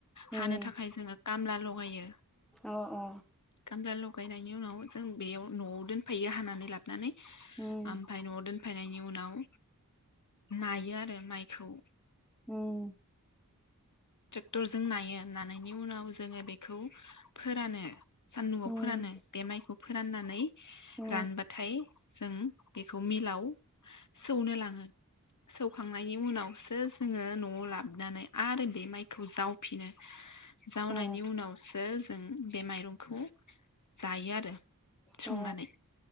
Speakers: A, on the left; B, in the centre.
A: हानो
B: उम
A: थाखाय जोङो कामला लगायो
B: औ अ
A: कामला लगायनायनि उनाव जों बेयाव न'आव दोनफैायो हानानै लाबनानै
B: उम
A: ओमफ्राय न'आव दोन फायनायनि उनाव नायो आरो माइखौ।
B: उम
A: ट्रेक्टरजों नायो नानायनि उनाव जोङो बेखौ फोरानो सान्दुंआव
B: उम
A: फोरानो बे माइखौ। फोराननानै
B: अ
A: रानबाथाय जों बेखौ मिलाव सौनो लाङो सौखांनायनि उनाव जोङो नआव लाबनानै आरो बे माइखौ जावफिनो जावनायनि
B: अ
A: उनावसो जों बे माइरंखौ जायो आरो संनानै।
B: अ